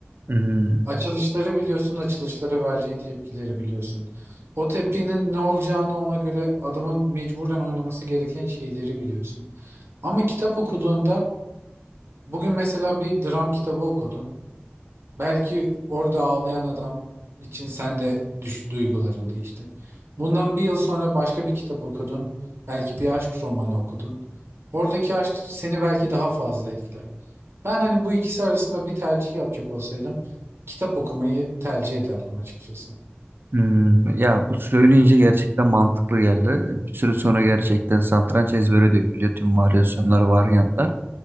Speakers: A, on the right (about 55°); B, on the right (about 80°).
A: Hmm,
B: Açılışları biliyorsun, açılışlara vereceğin tepkileri biliyorsun. O tepkinin ne olacağını ona göre adamın mecburen oynaması gereken şeyleri biliyorsun. Ama kitap okuduğunda bugün mesela bir dram kitabı okudun. Belki orada ağlayan adam için sen de düş, duyguların değişti. Bundan bir yıl sonra başka bir kitap okudun. Belki bir aşk romanı okudun. Oradaki aşk seni belki daha fazla etkiler. Ben hani bu ikisi arasında bir tercih yapacak olsaydım kitap okumayı tercih ederdim açıkçası.
A: hmm. Ya bu söyleyince gerçekten mantıklı geldi. Bir süre sonra gerçekten satranç ezbere dökülüyor. Tüm varyasyonlar, varyantlar